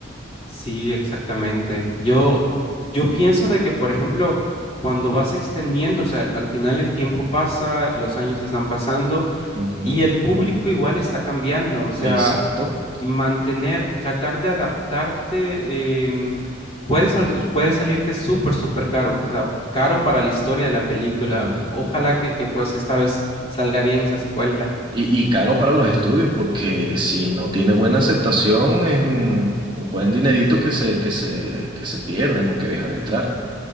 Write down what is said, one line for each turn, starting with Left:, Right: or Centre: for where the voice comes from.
Left: Sí, exactamente. Yo, yo pienso de que, por ejemplo, cuando vas extendiendo, o sea, al final el tiempo pasa, los años están pasando
Right: Ujú,
Left: y el público igual está cambiando. O sea,
Right: Exacto.
Left: mantener, tratar de adaptarte, em, puede, sal- puede salirte súper, súper caro. O sea, caro para la historia de la película.
Right: Ajá.
Left: Ojalá que, que pues esta vez salga bien esa secuela.
Right: Y, y caro para los estudios, porque si no tiene buena aceptación, es un, un buen dinerito que se, que se, que se pierden o que deja de entrar.